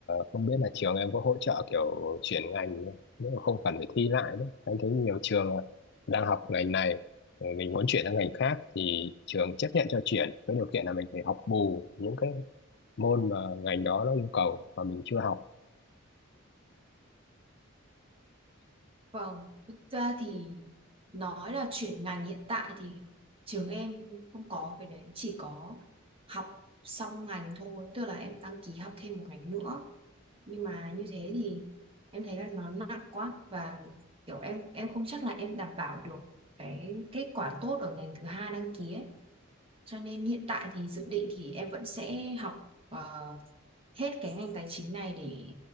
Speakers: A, on the left; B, on the right.
A: không biết là trường em có hỗ trợ kiểu chuyển ngành không? nếu mà không cần phải thi lại đấy anh thấy nhiều trường ạ đang học ngành này rồi mình muốn chuyển sang ngành khác thì trường chấp nhận cho chuyển với điều kiện là mình phải học bù những cái môn mà ngành đó nó yêu cầu mà mình chưa học
B: Vâng, thực ra thì nói là chuyển ngành hiện tại thì trường em không có cái đấy, chỉ có học xong ngành thôi, tức là em đăng ký học thêm một ngành nữa. Nhưng mà như thế thì em thấy là nó nặng quá và kiểu em em không chắc là em đảm bảo được cái kết quả tốt ở ngành thứ hai đăng ký ấy. Cho nên hiện tại thì dự định thì em vẫn sẽ học ờ, hết cái ngành tài chính này để